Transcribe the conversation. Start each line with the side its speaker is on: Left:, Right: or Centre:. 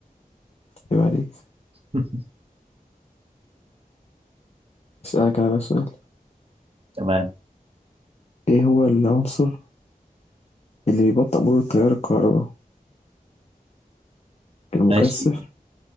Left: يبقى عليك
Right: <laughs>
Left: أسألك أنا بقى سؤال
Right: تمام
Left: إيه هو العنصر اللي بيبطئ مرور التيار الكهرباء المكثف
Right: ماشي